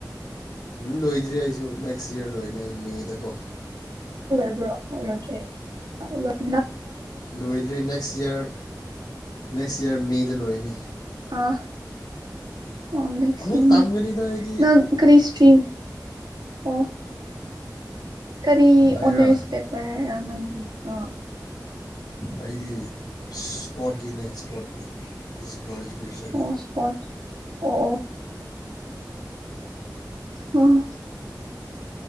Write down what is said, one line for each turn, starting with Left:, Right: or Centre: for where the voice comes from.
Left: ꯎꯝ ꯂꯣꯏꯗ꯭ꯔꯤ ꯑꯩꯁꯨ ꯅꯦꯛꯁ ꯏꯔ ꯂꯣꯏꯅꯦ ꯑꯩ ꯃꯦꯗꯀꯣ
Right: ꯣꯜꯂꯣ
Left: ꯂꯣꯏꯗ꯭ꯔꯤ ꯅꯦꯛꯁ ꯏꯔ ꯅꯦꯛꯁ ꯏꯌꯥꯔ ꯃꯦꯗ ꯂꯣꯏꯅꯤ
Right: ꯑꯥ ꯑꯣꯁ
Left: ꯑꯃꯨꯛ ꯇꯝꯒꯅꯤꯗ ꯑꯩꯗꯤ
Right: ꯅ ꯀꯔꯤ ꯁꯇꯔꯤ ꯑꯣ ꯀꯔꯤ
Left: ꯑꯩꯔꯥ
Right: ꯑꯣꯅꯔꯁ ꯄꯦꯄꯔꯒꯤ ꯑ
Left: ꯑꯩꯗꯤ ꯏꯁꯄꯣꯔꯠꯀꯤꯅꯦ ꯏꯁꯄꯣꯔꯠꯀꯤ ꯏꯗꯨꯀꯦꯁꯟꯅꯤ
Right: ꯑꯣ ꯏꯁꯄ ꯑꯣ ꯑꯣ ꯑꯣ